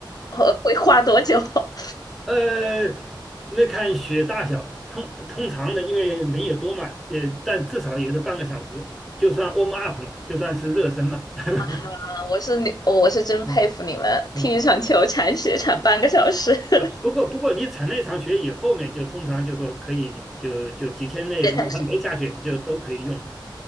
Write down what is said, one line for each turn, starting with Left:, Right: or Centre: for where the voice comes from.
Left: 会会花多久？<laughs>
Centre: 呃，那看雪大小，通通常的，因为人也多嘛，也但至少也得半个小时，就算 warm up 了，就算是热身嘛，<laughs>
Left: 啊，我是你，我是真佩服你们，
Centre: 啊啊，
Left: 踢一场球铲雪铲半个小时。<laughs>
Centre: 不不过不过你铲那场雪以后面就通常就说可以就就几天内，
Left: 别开始。
Centre: 如果它没下雪，就都可以用了，